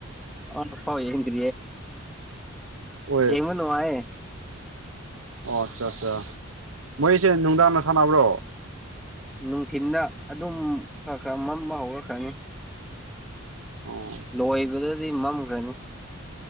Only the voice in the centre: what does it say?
ꯑꯅ ꯄꯥꯎ ꯌꯦꯟ꯭ꯌꯦ
ꯌꯦꯉ ꯑꯗꯨ ꯋꯥꯑꯦ
ꯅꯨꯡꯊꯤꯗ ꯑꯗꯨꯝ ꯈꯔ ꯈꯔ ꯃꯝꯕ ꯍꯧꯔꯛꯈ꯭ꯔꯅꯤ
ꯂꯣꯏꯕꯗꯗꯤ ꯃꯝꯈ꯭ꯔꯅꯤ